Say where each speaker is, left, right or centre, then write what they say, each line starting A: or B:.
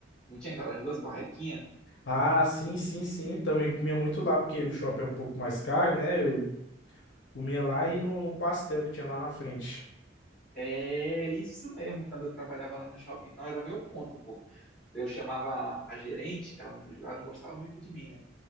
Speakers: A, in the centre; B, on the left (about 70°).
A: Não tinha aquelas duas barraquinhas?
B: Ah, sim, sim, sim, também comia muito lá, porque o shopping é um pouco mais caro, né? Eu comia lá e no, no pastel que tinha lá na frente.
A: É isso mesmo, quando eu trabalhava lá no shopping, então era meu ponto, pô. Eu chamava a gerente, que ela não, ela não gostava muito de mim, né?